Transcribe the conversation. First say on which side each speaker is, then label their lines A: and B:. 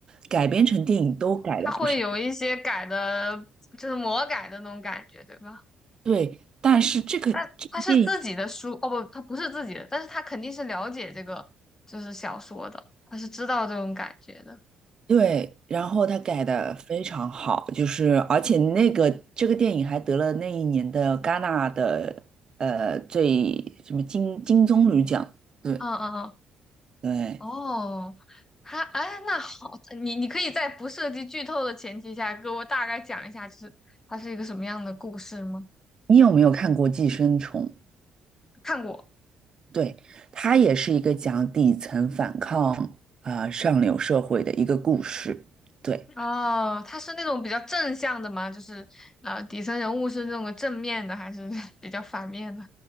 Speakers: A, on the right; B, on the left.
A: 改编成电影都改了不少。
B: 他会有一些改的，就是魔改的那种感觉，对吧？
A: 对，但是这个这个电影
B: 但他是自己的书，哦不，他不是自己的，但是他肯定是了解这个就是小说的，他是知道这种感觉的。
A: 对，然后他改的非常好，就是而且那个这个电影还得了那一年的戛纳的呃最什么金金棕榈奖。对
B: 嗯嗯嗯。
A: 对，
B: 哦，他哎，那好，你你可以在不涉及剧透的前提下，给我大概讲一下，就是它是一个什么样的故事吗？
A: 你有没有看过《寄生虫》？
B: 看过
A: 对，它也是一个讲底层反抗啊、呃上流社会的一个故事。对，
B: 哦，它是那种比较正向的吗？就是呃，底层人物是那种正面的，还是 <laughs> 比较反面的？